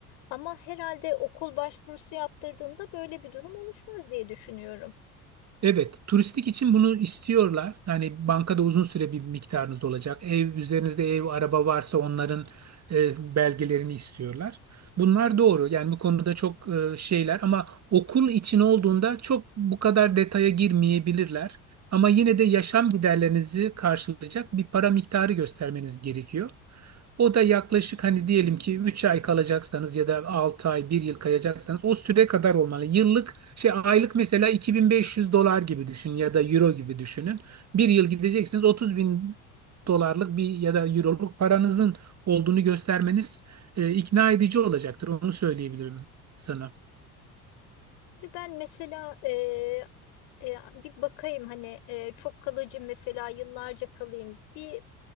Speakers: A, on the left; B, on the right.
A: Ama herhalde okul başvurusu yaptırdığında böyle bir durum oluşmaz diye düşünüyorum.
B: Evet, turistik için bunu istiyorlar. Yani bankada uzun süre bir miktarınız olacak. Ev üzerinizde ev, araba varsa onların e, belgelerini istiyorlar. Bunlar doğru. Yani bu konuda çok e, şeyler ama okul için olduğunda çok bu kadar detaya girmeyebilirler. Ama yine de yaşam giderlerinizi karşılayacak bir para miktarı göstermeniz gerekiyor. O da yaklaşık hani diyelim ki 3 ay kalacaksanız ya da altı ay bir yıl kalacaksanız o süre kadar olmalı. Yıllık şey aylık mesela 2500 dolar gibi düşün ya da euro gibi düşünün. Bir yıl gideceksiniz 30 bin dolarlık bir ya da euroluk paranızın olduğunu göstermeniz e, ikna edici olacaktır. Onu söyleyebilirim sana.
A: Ve Ben mesela e, e, bir bakayım hani e, çok kalıcı mesela yıllarca kalayım bir